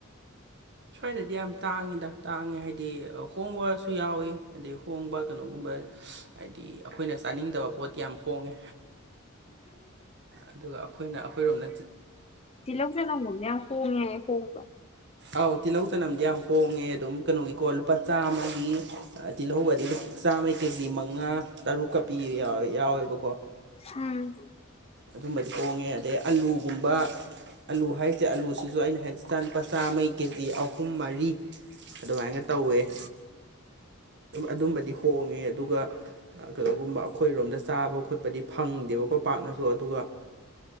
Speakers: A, on the right (about 55°); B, on the left (about 30°).
A: ꯁ꯭ꯋꯥꯏꯗꯗꯤ ꯌꯥꯝ ꯇꯥꯡꯉꯤꯗ ꯇꯥꯡꯉꯦ ꯍꯥꯏꯗꯤ ꯍꯣꯡꯕꯁꯨ ꯌꯥꯎꯋꯤ ꯑꯗꯩ ꯍꯣꯡꯕ ꯀꯩꯅꯣꯒꯨꯝꯕ ꯍꯥꯏꯗꯤ ꯑꯩꯈꯣꯏꯅ ꯆꯥꯅꯤꯡꯗꯕ ꯄꯣꯠꯇꯤ ꯌꯥꯝ ꯍꯣꯡꯉꯦ ꯑꯗꯨꯒ ꯑꯩꯈꯣꯏꯅ ꯑꯩꯈꯣꯏꯔꯣꯝꯅ
B: ꯇꯤꯂꯁꯅꯥ ꯃꯦ ꯍꯣꯡꯉ ꯌꯥꯏ ꯍꯣꯡꯣꯡꯕ
A: ꯑꯥꯎ ꯇꯤꯜꯍꯧ ꯆꯅꯝꯗꯤ ꯌꯥꯝ ꯍꯣꯡꯉꯦ ꯑꯗꯨꯝ ꯀꯩꯅꯣꯒꯤꯀꯣ ꯂꯨꯄꯥ ꯆꯥꯝꯃꯒꯤ ꯇꯤꯜꯍꯧꯒꯗꯤ ꯆꯥꯝꯃꯩ ꯀꯦꯖꯤ ꯃꯉꯥ ꯇꯔꯨꯛꯀ ꯄꯤ ꯌꯥꯎꯋꯦꯕꯀꯣ
B: ꯎꯝ
A: ꯑꯗꯨꯝꯕꯗꯤ ꯊꯣꯡꯉꯦ ꯑꯗꯩ ꯑꯂꯨꯒꯨꯝꯕ ꯑꯥꯂꯨ ꯍꯥꯏꯔꯤꯁꯦ ꯑꯥꯂꯨꯁꯤꯁꯨ ꯑꯩꯅ ꯍꯥꯏꯖꯤꯇꯥꯥꯟ ꯂꯨꯄꯥ ꯆꯥꯝꯃꯩ ꯀꯦ ꯖꯤ ꯑꯍꯨꯝ ꯃꯔꯤ ꯑꯗꯨꯃꯥꯏꯅ ꯇꯧꯋꯦ ꯑꯗꯨꯝꯕꯗꯤ ꯍꯣꯡꯉꯦ ꯑꯗꯨꯒ ꯀꯗꯣꯒꯨꯝꯕ ꯑꯩꯈꯣꯏꯔꯣꯝꯗ ꯆꯥꯕ ꯈꯣꯠꯄꯗꯤ ꯐꯪꯗꯦꯕꯀꯣ ꯄꯥꯛꯅ ꯑꯗꯣ ꯑꯗꯨꯒ